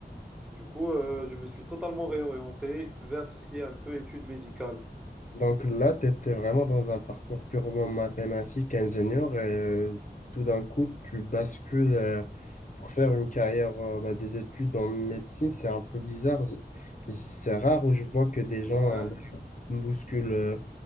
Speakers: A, in the centre; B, on the left.
A: Du coup, euh, je me suis totalement réorienté vers tout ce qui est un peu études médicales.
B: Donc là, tu étais vraiment dans un parcours purement mathématique, ingénieur, et euh, tout d'un coup, tu bascules euh, pour faire une carrière euh, bah, des études en médecine. C'est un peu bizarre. Je- je- C'est rare où je vois que des gens
A: Ouais.
B: euh, bah, bousculent euh,